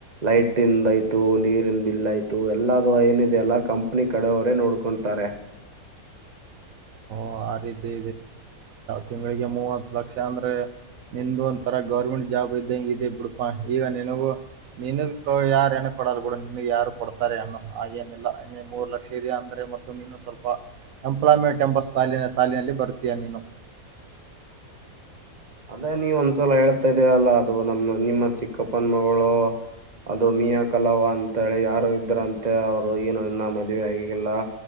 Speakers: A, on the right; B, on the right.
A: ಲೈಟ್ಂದ ಆಯ್ತು ನೀರಿನ ಬಿಲ್ ಆಯ್ತು ಎಲ್ಲದು ಏನಿದೆ ಅಲ್ಲ ಕಂಪನಿ ಕಡವರೇ ನೋಡ್ಕೊತಾರೆ.
B: ಈ ರೀತಿ ತಿಂಗಳಿಗೆ ಮೂವತ್ ಲಕ್ಷ ಅಂದ್ರೆ ನಿ ಒಂಂತರ ಗೌರ್ಮೆಂಟ್ ಜಾಬ್ ಇದ್ದ ಹಂಗದೆ ಬಿಡಪಾ ಈಗ ನಿನಗೂ ನಿನ ಯಾರ ಹೆಣ್ಣ ಕೊಡಾರ ಬಿಡ ನಿನ ಯಾರು ಕೊಡ್ತಾರೆ ಅಣ್ಣು ಹಾಗೇನಿಲ್ಲ ಮೂರು ಲಕ್ಷ ಇಯಾ ಅಂದ್ರೆ ನೀನು ಸ್ವಲ್ಪ ಎಂಪ್ಲಾಯ್ಮೆಂಟ್ ಎಂಬ ಸಾಲಿನ ಸಾಲಿನಲ್ಲಿ ಬರುತೀಯ ನೀನು
A: ಅದೇ ನೀವ ಒಂದ್ಸಲ ಹೇಳ್ತಾ ಇದೇ ಅಲ್ಲಾ ಅದು ನಮ್ಮ ನಿಮ್ಮ ಚಿಕ್ಕಪ್ಪನ್ ಮಗಳು ಅದು ಮಿಯಾ ಕಲಾವ ಅಂತಿ ಯಾರು ಇದ್ರಂತೆ ಅವ್ರು ಏನು ಇನ್ನ ಮದುವೆ ಆಗೆಲ್ಲಾ